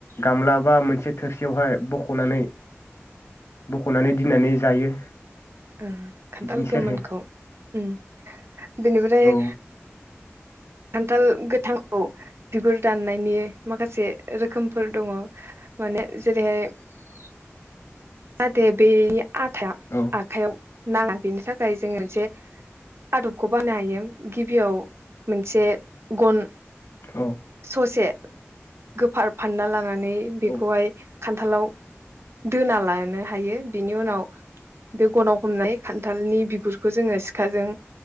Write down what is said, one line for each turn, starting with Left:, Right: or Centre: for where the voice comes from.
Left: गामला बा मोनसे थोरसियावहाय बख'नानै बख'नानै दिननानै जायो।
Right: उम खान्थाल
Left: बिदिनोसै
Right: गोमोनखौ
Left: आरो
Right: उम बेनिफ्राय
Left: औ
Right: खान्थाल गोथांखौ बिगुर दाननायनि माखासे रोखोमफोर दङ माने जेरैहाय
Left: <inaudible>
Right: <unintelligible> आथाया
Left: औ
Right: आखाइआव नाङा बेनि थाखाय जोङो मोनसे आदबखौ बानो हायो गिबियाव मोनसे गन
Left: औ
Right: ससे गोफार फानना लानानै नै बेखौहाय
Left: औ
Right: खान्थालाव दोना लानो हायो बेनि उनाव बे गनाव हमना खान्थालनि बिगुर बेखौ जोङो सिखाजों